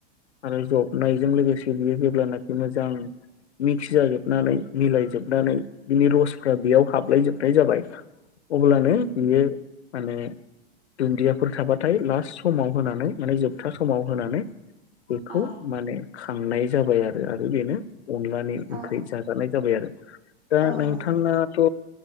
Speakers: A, on the left; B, on the right.
A: आरो जबनाय जों लोगोसे बियो जेब्लानाखि मोजां मिक्स जाजोबनानै मिलाय जोबनानै बिनि रसफ्रा बेयाव हाबलायजोबनाय जाबाय अब्लानो बियो माने दुन्दियाफोर थाबाथाय लास्ट समाव होनानै माने जोबथा समाव होनानै बेखौ
B: औ
A: माने खांनाय जाबाय आरो आरो बेनो अनलानि ओंख्रि
B: औ
A: जाग नाय जाबाय आरो दा
B: औ
A: नोंथाङाथ'
B: नंगौ